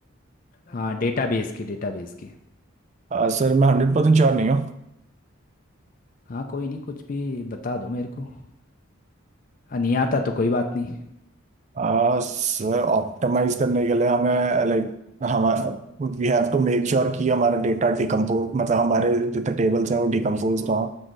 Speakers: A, on the left (about 40°); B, on the right (about 35°).
A: हाँ डेटाबेस की डेटाबेस की
B: अ, सर मैं हंड्रेड परसेंट श्योर नहीं हूँ
A: हाँ कोई नहीं कुछ भी बता दो मेरे को हाँ, नहीं आता तो कोई बात नहीं
B: अ, सर ऑप्टिमाइज करने के लिए हमें लाइक हमारा we have to make sure कि हमारा डेटा डिकम्पोज मतलब हमारे जितने टेबल्स हैं वो डिकम्पोज हो